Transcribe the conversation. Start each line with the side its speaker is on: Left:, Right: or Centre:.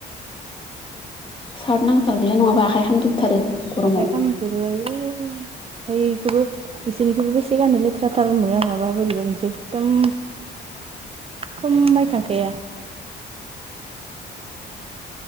Left: सार्ट नांथारगोनलाय नङाबा आखाइ खामजोबथारो गरमाव
Right: आखाइ खालामजोबो आयु ओमफ्रायखौबो बिसोरनिखौबो बेसे गाननो लेथ्राथार मोन आं माबा बोरैबा मोनसेै एकदम समायखांखाया